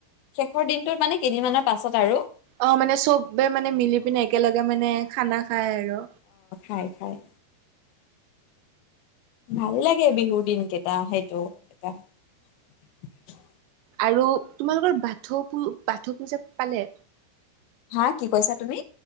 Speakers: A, on the left; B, on the right.
A: শেষৰ দিনটোত মানে কেইদিনমানৰ পাছত আৰু।
B: অ মানে চবে মানে মিলি পিনি একেলগে মানে খানা খাই আৰু।
A: খায় খায়। ভাল লাগে বিহুৰ দিন কেইটা সেইটো এটা।
B: আৰু তোমালোকৰ বাথৌ বাথৌ পূজা পালে।
A: হা কি কৈছা তুমি